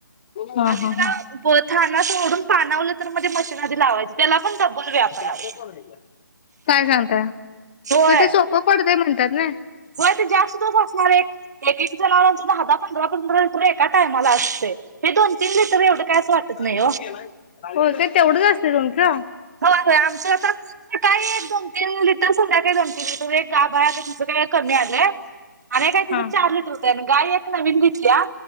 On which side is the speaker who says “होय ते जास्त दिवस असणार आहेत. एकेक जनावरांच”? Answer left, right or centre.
Right